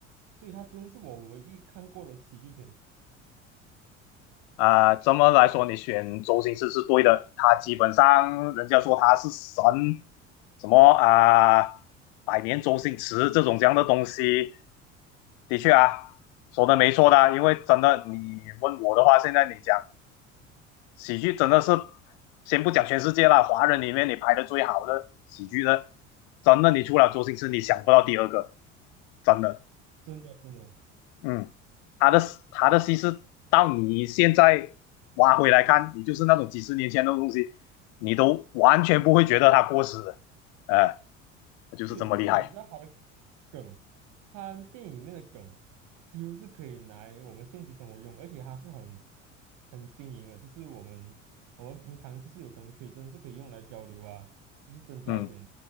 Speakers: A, on the right; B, on the left.
A: 所以他真的是我唯一看过的喜剧片，
B: 啊，这么来说，你选周星驰是对的，他基本上人家说他是神，什么啊，百年周星驰这种这样的东西，的确啊，说的没错的，因为真的你问我的话，现在你讲喜剧真的是，先不讲全世界了，华人里面你拍的最好的喜剧的，真的你除了周星驰，你想不到第二个，真的。
A: 真的真的。
B: 嗯，他的他的西施到你现在挖回来看，你就是那种几十年前的东西，你都完全不会觉得它过时的，哎、就是这么厉害。
A: 对，就你知道他的梗，他电影里面的梗几乎是可以拿来我们现实生活用，而且他是很很新颖的，就是我们我们平常就是有可能可以真的是可以用来交流啊，就是增加一点
B: 嗯